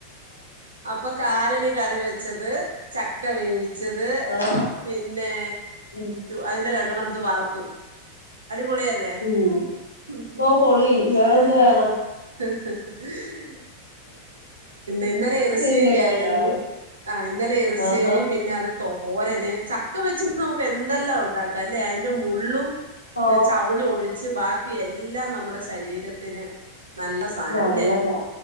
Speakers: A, on the right; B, on the left.
A: അപ്പൊ കാരല് കറി വെച്ചത് ചക്ക വേവി ച്ചത്
B: ആഹ്
A: പിന്നെ
B: ഉം
A: അതിന്റെ രണ്ടെണ്ണം എടുത്ത് വറുത്തു. അടിപൊളിയല്ലേ?
B: ഉം
A: <unintelligible>
B: ഓ പൊളി വേറെന്ത് വേണം
A: ഇന്നലെ ഇറശ്ശേരി
B: എന്റെ കർത്താവേ
A: ആയിരുന്നു ആ ഇന്നലെ ഇറശ്ശേരി
B: ആഹാ
A: പിന്നെ അത് തോ തോരന് ചക്ക വെച്ചന്ന് നമുക്ക് എന്തെല്ലാം ഉണ്ടാക്കാംല്ലേ അയിന്റെ മുള്ളും
B: ഓ
A: ചവിണി ഒഴിച്ച് ബാക്കി എല്ലാം നമ്മുടെ ശരീരത്തിന് നല്ല സാധനം
B: നല്ലതാ
A: ഇല്ലേ?